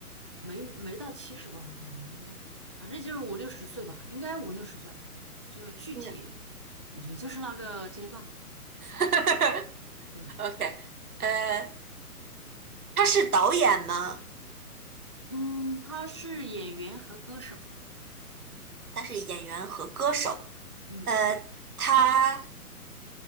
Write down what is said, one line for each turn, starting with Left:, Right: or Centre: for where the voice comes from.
Left: 没没到七十吧，我感觉应该，反正就是五六十岁吧，应该五六十岁，就具体也就是那个阶段。
Right: 嗯 <laughs>
Left: 对，
Right: ，OK，呃，他是导演吗？
Left: 嗯，他是演员和歌手，
Right: 他是演员和歌手。
Left: 嗯，
Right: 呃，他